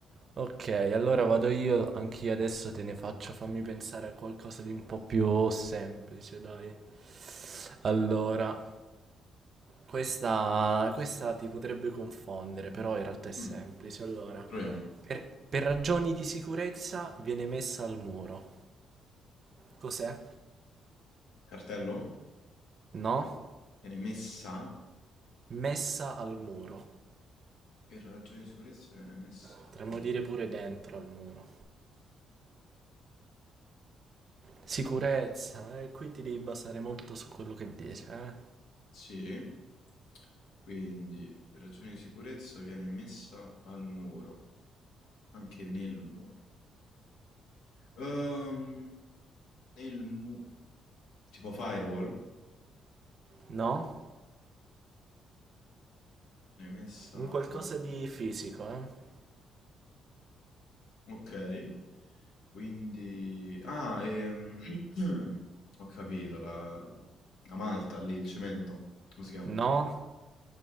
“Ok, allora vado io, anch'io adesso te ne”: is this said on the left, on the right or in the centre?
Right